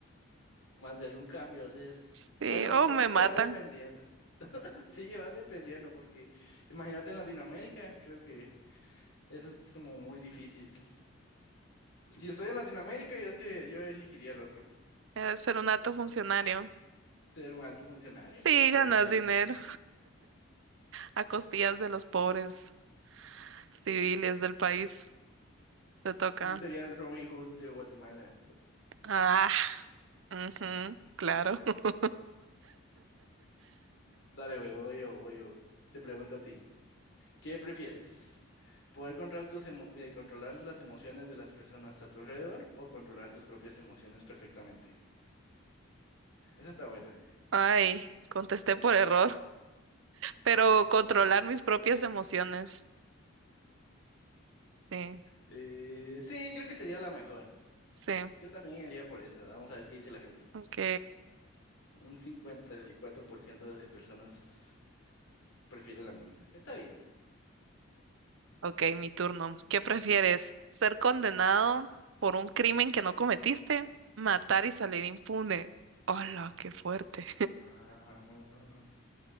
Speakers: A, on the left; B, on the right.
A: más de algún cambio. Haces...
B: sí,
A: Bueno,
B: o
A: yo
B: me
A: creo
B: matan,
A: que va dependiendo. <laughs> Sí, va dependiendo, porque imagínate en Latinoamérica, creo que eso es como muy difícil. Si estoy en Latinoamérica, yo es que yo elegiría el otro,
B: eh, ser un alto funcionario.
A: ser un alto funcionario,
B: Sí,
A: aprovechar
B: ganas dinero
A: el voto.
B: a costillas de los pobres civiles del país. Te toca.
A: Mm, Sería el Robin Hood de Guatemala.
B: Ah, ujú, claro. <laughs>
A: Dale, güey, voy yo, voy yo. Te pregunto a ti, ¿qué prefieres? ¿Poder controlar tus emo- eh, controlar las emociones de las personas a tu alrededor o controlar tus propias emociones perfectamente? Esa está buena.
B: Ay, contesté por error, pero controlar mis propias emociones. Sí,
A: Eh, sí, creo que sería la mejor.
B: sí.
A: Yo también iría por esa. Vamos a ver qué dice la gente.
B: Ok,
A: Un 54% de personas prefiere la misma. Está bien.
B: ok, mi turno. ¿Qué prefieres? ¿Ser condenado por un crimen que no cometiste? ¿Matar y salir impune? Hola, qué fuerte.
A: Ah,